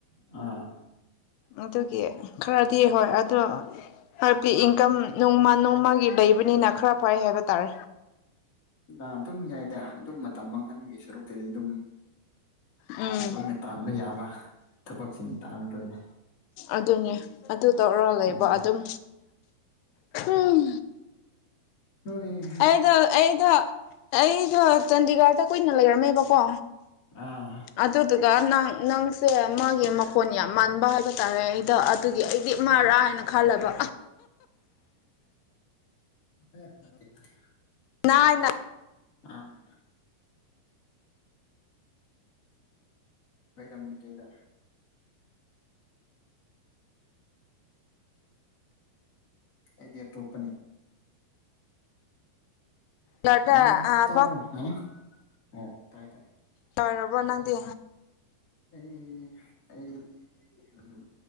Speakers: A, on the left; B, on the left.
A: ꯑꯥ
B: ꯑꯗꯨꯒꯤ ꯈꯔꯗꯤ ꯍꯣꯏ ꯑꯗꯣ ꯍꯥꯏꯕꯗꯤ ꯏꯟꯀꯝ ꯅꯣꯡꯃ ꯅꯣꯡꯃꯒꯤ ꯂꯩꯕꯅꯤꯅ ꯈꯔ ꯐꯩ ꯍꯥꯏꯕ ꯇꯥꯔꯦ
A: ꯑꯗꯨꯝ ꯌꯥꯏꯗ ꯑꯗꯨꯝ ꯃꯇꯝ ꯃꯥꯡꯍꯟꯕꯒꯤ ꯁꯔꯨꯛꯇꯨꯗꯤ ꯑꯗꯨꯝ
B: ꯎꯝ
A: ꯑꯩꯈꯣꯏꯅ ꯇꯥꯟꯕ ꯌꯥꯕ ꯊꯕꯛꯁꯤꯡ ꯇꯥꯟꯕ ꯂꯣꯏꯔꯦ
B: ꯑꯗꯨꯅꯦ ꯑꯗꯨ ꯇꯧꯔ ꯂꯩꯕ
A: ꯎꯝ
B: ꯑꯗꯨꯝ ꯎꯝ
A: ꯍꯣꯏ
B: ꯑꯩꯗꯣ ꯑꯩꯗꯣ ꯑꯩꯗꯣ ꯆꯥꯟꯗꯤꯒꯔꯗ ꯀꯨꯏꯅ ꯂꯩꯔꯝꯃꯦꯕꯀꯣ
A: ꯑꯥ
B: ꯑꯗꯨꯗꯨꯒ ꯅꯪ ꯅꯪꯁꯦ ꯃꯥꯒꯤ ꯃꯈꯣꯟ ꯌꯥꯝ ꯃꯟꯥꯟꯕ ꯍꯥꯏꯕ ꯇꯥꯔꯦ ꯑꯩꯗ ꯑꯗꯨꯒꯤ ꯑꯩꯗꯤ ꯃꯥꯔꯥ ꯍꯥꯏꯅ ꯈꯜꯂꯦꯕ
A: ꯑ ꯃꯦꯡ <unintelligible>
B: ꯅ ꯅ <unintelligible>
A: ꯑꯥ ꯑꯣꯏꯔꯝꯗ꯭ꯔꯦꯗ ꯑꯩꯗꯤ ꯑꯇꯣꯞꯄꯅꯤ
B: ꯊꯕꯛ
A: ꯎꯝ ꯇꯕ꯭ꯔꫭ ꯍ ꯇꯥꯏ ꯇꯥꯏ
B: ꯇꯔꯕꯣ ꯅꯪꯗꯤ
A: ꯑꯩ ꯑꯩꯗꯤ ꯎꯝ